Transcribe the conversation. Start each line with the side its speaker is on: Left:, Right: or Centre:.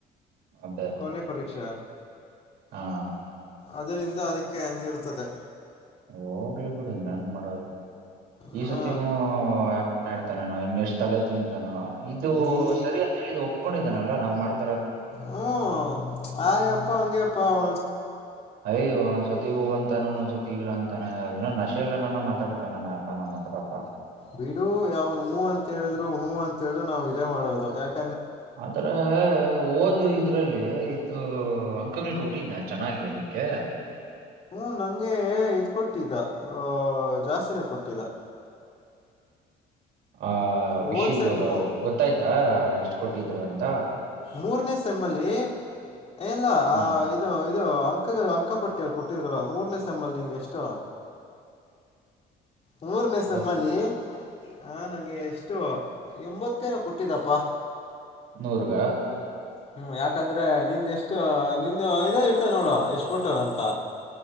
Right: ಅದೇ
Left: ಕೊನೆ ಪರೀಕ್ಷೆ
Right: ಹಾ
Left: ಅದರಿಂದ ಅದಕ್ಕೆ ಹಂಗಿರುತ್ತದೆ
Right: ಹೋಗ್ಲಿ ಬಿಡಿ ನನ್ನ್ ಮಾಡೋದು ಈ
Left: ಹಾ
Right: ಸತಿನೂ ಆಕ್ ನ ಇನ್ನಷ್ಟ್ ತಲೆ ತಿಂತಾನ ಇದು
Left: ಈ
Right: ಸರಿ ಅಂತ ಹೇಳಿದ ಒಪ್ಕೊಂಡಿದನಲ್ಲಾ ನಾವ್ ಮಾಡ್
Left: ಹ್ಮ್ ಆಯ್ ಎಪ್ಪ ಅಂಗಗೆ ಅಪ್ಪಾ ಅವ
Right: ಯ ಸತಿ ಒ ಅ ಇೊಂದ್ಸತಿ ಇಲ್ಲ ಅಂತಾನೆ ಇಏನ ನಶೆಲ್ಲನಾನ ಮಾತಾಡ್ತಾನೆಾನನಯಪ್ಪಾ ನಮ್ಮ ಹತ್ರ
Left: ಬಿಡು ಯಾವ್ನ್ ಹೂ ಅಂತ ಹೇಳ್ರು ಹೂ ಅಂತ ಹೇಳ್ರು ನಾವ್ ಇದೇ ಮಾಡೋದು ಯಾಕ
Right: ಅದ್ರ ಓದು ಇದು ಇದ್ರಲ್ಲಿ ಇದದು ಅಂಕಗಳು ಕೊಟ್ಟಿದ್ನ ಚೆನ್ನಾಗಿ ಅದಕ್ಕೆ
Left: ಹ್ಮ ನಂಗೆ ಇದ್ ಕೊಟ್ಟಿದ್ದ ಆ ಜಾಸ್ತಿನೇ ಕೊಟ್ಟಿದ್ದ
Right: ಆ
Left: ಹೋದ
Right: ವಿಷ್ಯ್ದ
Left: ಸೆಮ್ಮು
Right: ಗೊತ್ತಾಯ್ತಾ ಎಷ್ಟ್ ಕೊಟ್ಟಿದ್ರು ಅಂತ
Left: ಮೂರನೇ ಸೆಮ್ಮಲ್ಲಿ ಎಲ್ಲ ಆ
Right: ಹಾ
Left: ಇ ಇದು ಅಂಕ ಅಂಕ ಪಟ್ಟಿಯಲ್ಲಿ ಕೊಟ್ಟಿದ್ರಲ್ಲ ಮೂರನೇ ಸಮ್ಮಲ್ ನಿಂಗೆ ಎಷ್ಟು ಮೂರನೇಸಮ್ಮಲ್ಲಿಿ
Right: ಎಷ್ಟ್
Left: ಹ ನಂಗೆ ಎಷ್ಟೋ ಎಂಬತ್ತೇನ ಕೊಟ್ಟಿದಪ್ಪಾ
Right: ನೂರುಗ
Left: ಹ್ಮ ಯಾಕಂದ್ರೆ ನಿಂದ ಎಷ್ಟ ನಿಂದ ಇದ ಇರ್ತದೆ ನೋಡು ಎಷ್ಟ ಕೊಟ್ಟಾರ ಅಂತ